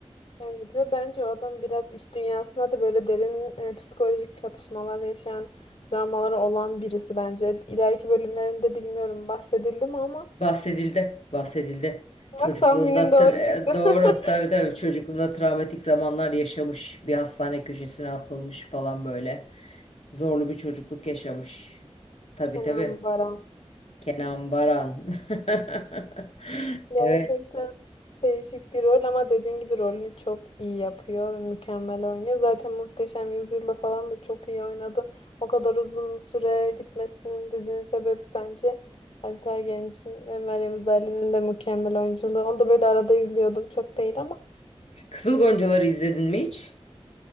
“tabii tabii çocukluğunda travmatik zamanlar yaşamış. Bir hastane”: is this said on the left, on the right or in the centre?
Left